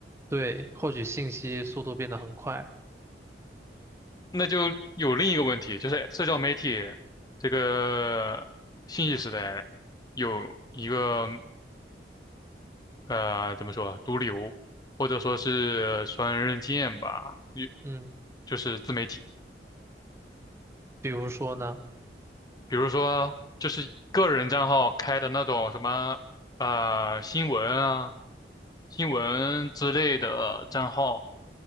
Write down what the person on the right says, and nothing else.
对，获取信息速度变得很快。
嗯，
比如说呢？